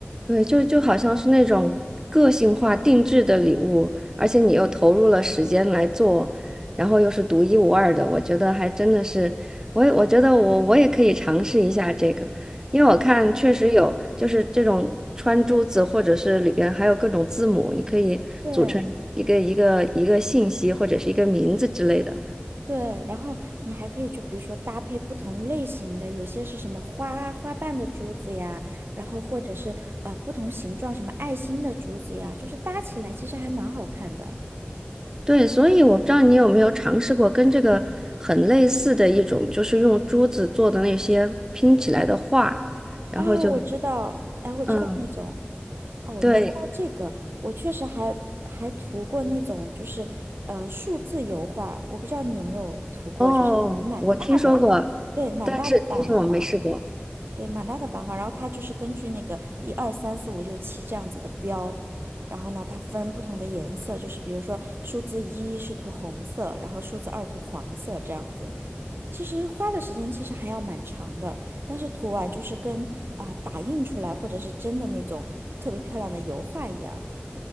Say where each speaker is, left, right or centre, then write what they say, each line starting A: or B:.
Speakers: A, on the right (about 15°); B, on the right (about 65°).
A: 对，就就好像是那种个性化定制的礼物，而且你又投入了时间来做，然后又是独一无二的，我觉得还真的是，我也我觉得我我也可以尝试一下这个，因为我看确实有就是这种穿珠子，或者是里边还有各种字母，你可以组成一个一个一个信息或者是一个名字之类的。
B: 对对，然后你还可以就比如说搭配不同类型的，有些是什么花花瓣的珠子呀，然后或者是呃不同形状什么爱心的珠子呀，就是搭起来其实还蛮好看的。
A: 对，所以我不知道你有没有尝试过跟这个很类似的一种，就是用珠子做的那些拼起来的画，然后就，
B: 哦，我知道，哎，我知道那种。
A: 嗯，
B: 哦，
A: 对，
B: 你说到这个，我确实还还涂过那种就是呃数字油画，我不知道你有没有涂过，
A: 哦，
B: 就是有蛮大的，
A: 我听说过，
B: 对，蛮大的版画，
A: 但是但是我没试过，
B: 对，蛮大的版画，然后它就是根据那个一二三四五六七这样子的标，然后呢，它分不同的颜色，就是比如说数字一是涂红色，然后数字二涂黄色这样子，其实花的时间其实还要蛮长的，但是涂完就是跟啊、打印出来或者是真的那种特别漂亮的油画一样，